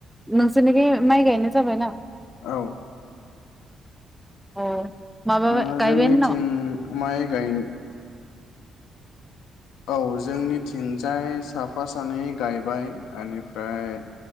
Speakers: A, in the centre; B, on the left.
A: नोंसोरनिखि माइ गायनाय जाबायना?
B: औ।
A: अ। माबा
B: ओ
A: गायबायानो
B: जोंनिथिं
A: न'
B: माइ गायन औ जोंनिथिंजाय साफा सानै गायबाय एनिफ्राय